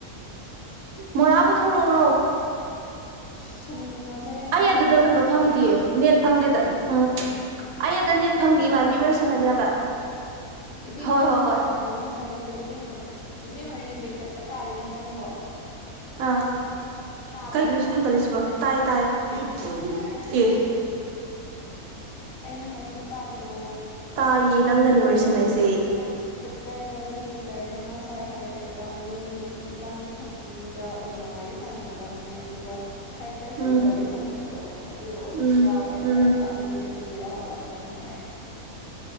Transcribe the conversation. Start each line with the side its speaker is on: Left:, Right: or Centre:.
Right: ꯃꯔꯥꯕꯨꯊ ꯎꯔꯣ
Left: ꯏꯁ ꯍꯅꯨꯕꯤ ꯑꯣꯜꯂꯦ
Right: ꯑꯩ
Left: ꯍꯅꯨꯕꯤ
Right: ꯑꯗꯨꯗ
Left: ꯑꯣꯜꯂꯦ
Right: ꯀꯩꯅꯣ
Left: ꯏꯕꯦꯝꯃ
Right: ꯐꯪꯗꯦꯌꯦ ꯅꯦꯠ ꯐꯪꯗꯦꯗ ꯎꯝ ꯑꯩ ꯑꯗ ꯅꯦꯠ ꯐꯪꯗꯤꯦ ꯏꯃꯥꯟꯕꯤ ꯑꯣꯏꯁꯅꯔꯤ ꯍꯥꯏꯕ
Left: ꯏꯕꯦꯝꯃ
Right: ꯍꯣꯏ
Left: ꯅꯪꯅ
Right: ꯍꯣꯏ ꯍꯣꯏ
Left: ꯇꯧꯋꯤꯗꯣ ꯉꯁꯥꯏꯒꯤꯗꯣ ꯏꯕꯦꯝꯃ ꯏꯕꯦꯝꯃ ꯔꯤꯖꯦꯛ ꯆꯠꯄ ꯇꯥꯔꯦꯅꯦ ꯅꯪꯕꯣ
Right: ꯑ
Left: ꯇꯥꯕ꯭ꯔꯥ
Right: ꯀꯩꯒꯤꯅꯣ ꯁꯤ ꯊꯥꯡꯒꯠꯂꯤꯁꯤꯕꯣ ꯇꯥꯏꯌꯦ ꯇꯥꯏꯌꯦ ꯑꯦꯦ
Left: ꯑꯩꯅ ꯍꯥꯏꯗꯤ ꯑꯩꯅ ꯍꯥꯏꯁꯦ ꯇꯥꯗ꯭ꯔꯣ
Right: ꯇꯥꯏꯌꯦ ꯅꯪꯒꯅꯤ ꯋꯥꯔꯤ ꯁꯥꯅꯩꯁꯤ
Left: ꯇ꯭ꯔꯥꯟꯁꯇꯔꯕꯂꯤ ꯗꯦ ꯇꯔꯅ ꯉꯁꯥꯏ ꯍꯥꯏꯔꯛꯄꯗ ꯃꯤ ꯏꯕꯥꯅꯤ ꯈꯛꯀꯤꯗ ꯑꯣꯏꯅ ꯋꯥꯔꯤ ꯁꯒꯗꯕꯅꯦ ꯑꯗꯨꯒ ꯊꯥꯔꯠ ꯄꯔꯁꯟꯗ
Right: ꯎꯝ
Left: ꯋꯥꯔꯤ ꯁꯅꯕꯗꯣ ꯑꯗꯨꯗꯣ
Right: ꯎꯝ
Left: ꯌꯥꯎꯋꯦ ꯍꯥꯏꯌꯦꯕ
Right: ꯎꯝ
Left: ꯑꯗꯨꯒꯤ ꯑꯗꯨꯗꯣ ꯌꯥꯎꯍꯜꯂ ꯀꯅꯣꯅ ꯍꯥꯏꯌꯦ